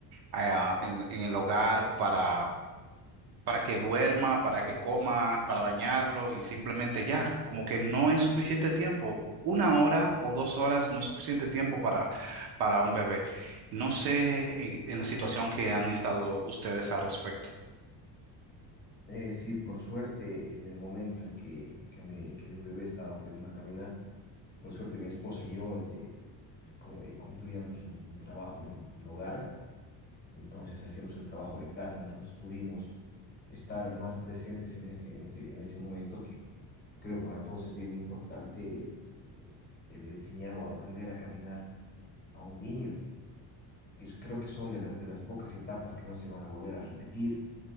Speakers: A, on the right; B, on the left.
A: ah, en, en el hogar para, para que duerma, para que coma, para bañarlo y simplemente ya, como que no es suficiente tiempo. Una hora o dos horas no es suficiente tiempo para, para un bebé. No sé en, en la situación que han estado ustedes al respecto.
B: Eh, sí, por suerte, en el momento en que, que, me- en que mi bebé estaba aprendiendo a caminar, por suerte mi esposa y yo eh, como, eh, cumplíamos un, un trabajo en, en hogar entonces hacíamos el trabajo de casa, entonces pudimos estar más presentes en ese, en ese, en ese momento que creo para todos es bien importante el, el enseñar o aprender a caminar a un niño, que es- creo que son de las, de las pocas etapas que no se van a volver a repetir.